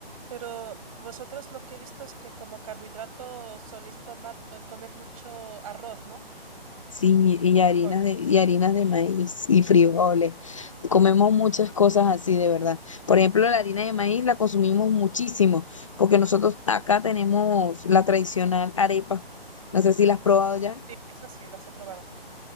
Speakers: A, on the right; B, on the left.
A: Pero vosotros lo que he visto es que como carbohidrato soléis tomar, eh, comer mucho arroz, ¿no?
B: Sí, y
A: Frijol.
B: harinas de, y harinas de maíz y frijoles. Comemos muchas cosas así, de verdad. Por ejemplo, la harina de maíz la consumimos muchísimo, porque nosotros acá tenemos la tradicional arepa. No sé si la has probado ya.
A: Sí, esas sí, las he probado.